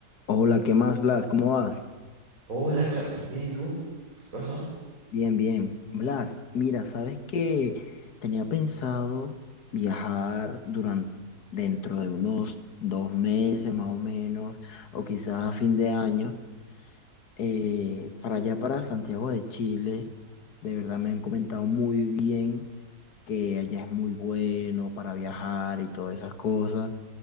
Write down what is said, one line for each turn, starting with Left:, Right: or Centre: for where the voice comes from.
Left: Hola, ¿qué más, Blas? ¿Cómo vas?
Right: Hola Charles, bien, ¿y tú? ¿Qué pasó?
Left: Bien, bien. Blas, mira, sabes que tenía pensado viajar durante dentro de unos dos meses más o menos, o quizás a fin de año, eh, para allá, para Santiago de Chile, de verdad me han comentado muy bien que allá es muy bueno para viajar y todas esas cosas.